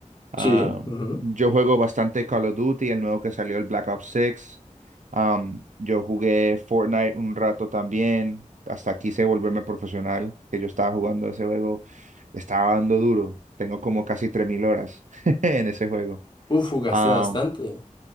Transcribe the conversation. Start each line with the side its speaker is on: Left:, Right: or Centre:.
Right: Ah,
Left: sí. ujú.
Right: yo juego bastante Call of Duty, el nuevo que salió, el Black Ops 6. Am, yo jugué Fortnite un rato también. Hasta quise volverme profesional, que yo estaba jugando ese juego. le Estaba dando duro. Tengo como casi 3.000 horas <laughs> en ese juego.
Left: Uf, jugaste
Right: Am,
Left: bastante.